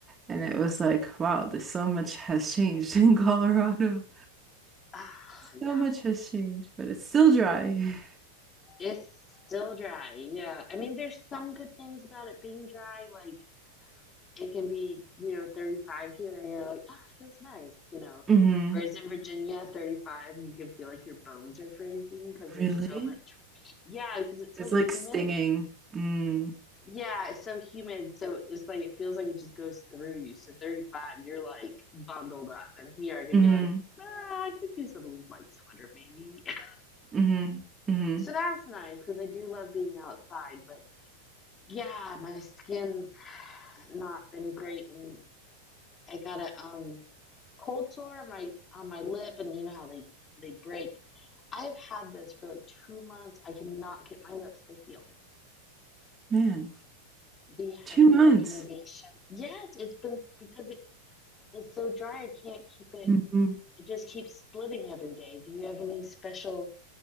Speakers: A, on the right (about 20°); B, on the left (about 25°).
A: and it was like, wow, this so much has changed <laughs> in Colorado.
B: Ah, yeah,
A: So much has changed, but it's still dry.
B: it's still dry. Yeah, I mean, there's some good things about it being dry, like it can be, you know, 35 here and you're like, ah, it feels nice, you know.
A: hmm
B: Whereas in Virginia, 35, you can feel like your bones are freezing because there's
A: Really?
B: so much, yeah, because it's
A: It's
B: so
A: like
B: humid.
A: stinging. Mm.
B: Yeah, it's so humid. So it's like, it feels like it just goes through you. So 35, you're like bundled up. And here I can
A: hmm
B: be like, ah, I could use a little light sweater maybe. <laughs>
A: hmm hmm
B: So that's nice because I do love being outside. But yeah, my skin's not been great. And I gotta, um, cold sore on my on my lip and you know how they they break i've had this for like two months i cannot get my lips to heal
A: Man,
B: do you have
A: two
B: any
A: months.
B: recommendations yes it's been because it is so dry i can't keep it
A: hmm
B: it just keeps splitting every day do you have any special